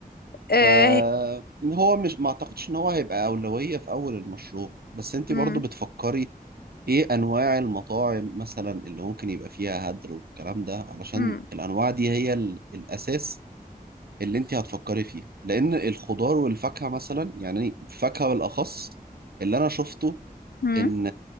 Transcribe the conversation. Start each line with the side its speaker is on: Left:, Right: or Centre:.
Left: اه
Right: فهو مش ما اعتقدش ان هو هيبقى أولوية في اول المشروع بس انت
Left: امم
Right: برضو بتفكري ايه انواع المطاعم مثلا اللي ممكن يبقى فيها هدر والكلام ده علشان
Left: امم
Right: الانواع دي هي ال- الاساس اللي انت هتفكري فيه لان الخضار والفاكهة مثلا يعني الفاكهة بالاخص اللي انا شفته
Left: امم
Right: ان